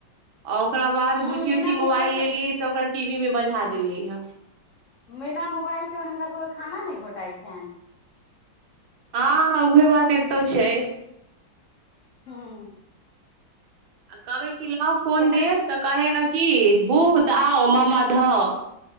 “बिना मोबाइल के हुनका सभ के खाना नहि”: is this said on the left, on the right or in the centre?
Left